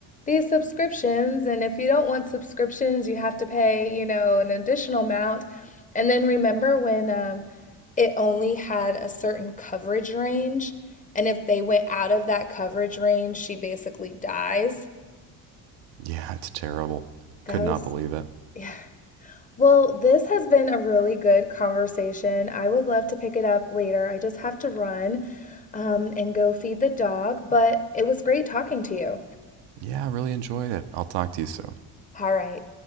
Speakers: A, on the left; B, on the right.
A: these subscriptions. And if you don't want subscriptions, you have to pay, you know, an additional amount. And then remember when um, it only had a certain coverage range. And if they went out of that coverage range, she basically dies.
B: yeah, it's terrible.
A: That
B: Could not
A: was,
B: believe it.
A: yeah. Well, this has been a really good conversation. I would love to pick it up later. I just have to run, um, and go feed the dog, but it was great talking to you.
B: Yeah, I really enjoyed it. I'll talk to you soon.
A: All right.